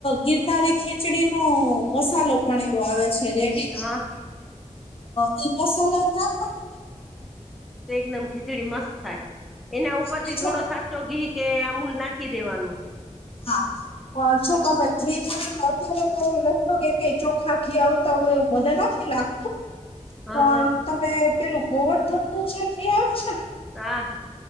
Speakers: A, on the left; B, in the centre.
A: ગિરનારી ખીચડી નો મસાલો પણ એવો આવે છે રેડી
B: હા
A: હ એ મસાલા નાખોને
B: તે એકદમ ખીચડી મસ્ત થાય. એના
A: હા
B: ઉપર
A: બીજો
B: થી થોડો સાચો ઘી કે અમૂલ નાખી દેવાનું.
A: હા પણ જો તમે ઘી દો કે અત્યારે તો લખો કે ચોખા ઘી આવ તો હ એવું મને નથી લાગતું.
B: હા
A: પણ
B: હા
A: તમે પેલું ગોવર્ધન નું જે આવે છે ને,
B: હા,